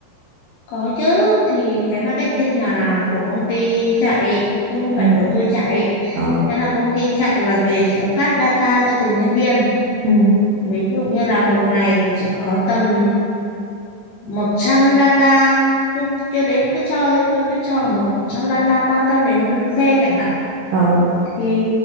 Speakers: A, on the left; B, on the right.
A: có chứ thì cái marketing là của công ty chạy chứ không
B: ừ
A: phải của tôi chạy
B: ờ
A: nghĩa là công ty chạy và về sẽ phát data cho từng nhân viên
B: ừ
A: ví dụ như là một ngày thì sẽ có tầm 100 data ừ, cho đến cứ cho đi, cứ cứ cho là 100 data quan tâm đến xe chẳng hạn
B: ờ
A: thì